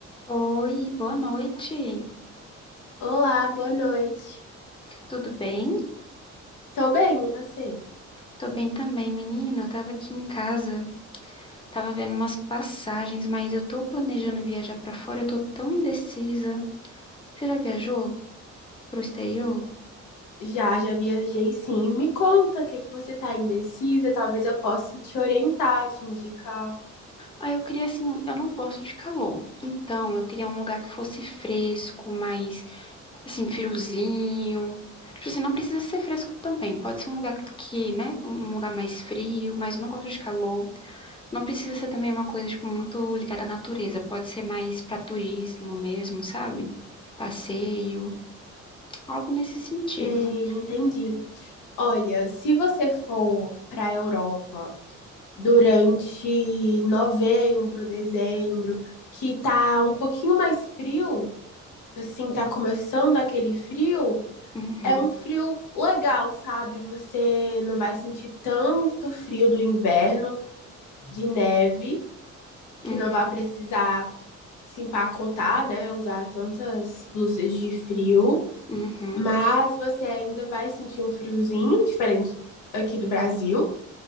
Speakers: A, on the left (about 15°); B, on the left (about 80°).
A: Oi, boa noite.
B: Olá, boa noite.
A: Tudo bem?
B: Tô bem, e você?
A: Tô bem também, menina. Eu tava aqui em casa, tava vendo umas passagens, mas eu tô planejando viajar pra fora, eu tô tão indecisa. Você já viajou pro exterior?
B: Já, já viajei sim. Me conta o que que você tá indecisa, talvez eu possa te orientar, te indicar.
A: Ah, eu queria assim, eu não gosto de calor. Então, eu queria um lugar que fosse fresco, mais assim, friozinho. Tipo assim, não precisa ser fresco também. Pode ser um lugar que, né, um lugar mais frio, mas eu não gosto de calor. Não precisa ser também uma coisa, tipo, muito ligada à natureza. Pode ser mais para turismo mesmo, sabe? Passeio, algo nesse sentido.
B: Sei, entendi. Olha, se você for pra Europa durante novembro, dezembro, que tá um pouquinho mais frio, assim, tá começando aquele frio,
A: Uhum,
B: é um frio legal, sabe? Você não vai sentir tanto frio do inverno, de neve.
A: uhum,
B: que não vai precisar se empacotar, né? Usar tantas blusas de frio,
A: uhum.
B: mas você ainda vai sentir um friozinho diferente aqui do Brasil,